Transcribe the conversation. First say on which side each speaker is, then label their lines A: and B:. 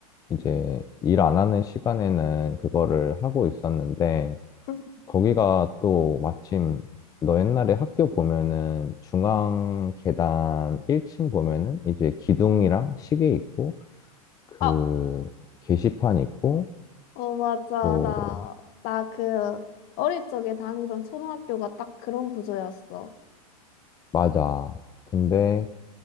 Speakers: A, on the left; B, on the left.
A: 이제 일 안 하는 시간에는 그거를 하고 있었는데
B: 응
A: 거기가 또 마침 너 옛날에 학교 보면은 중앙 계단 1층 보면은 이제 기둥이랑 시계 있고 그
B: 아,
A: 게시판 있고
B: 어, 맞아.
A: 또
B: 나, 나 그 어릴 적에 다니던 초등학교가 딱 그런 구조였어.
A: 맞아. 근데